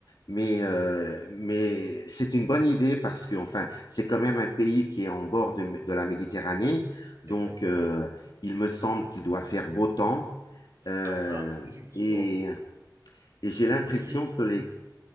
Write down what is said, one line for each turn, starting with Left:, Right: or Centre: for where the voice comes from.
Left: mais, euh, mais c'est une bonne idée parce que enfin, c'est quand même un pays qui est en bord de, de la Méditerranée, donc
Right: Exactement.
Left: euh, il me semble qu'il doit faire beau temps euh,
Right: Ah ça, effectivement.
Left: et, et j'ai l'impression
Right: Effectivement.
Left: que les...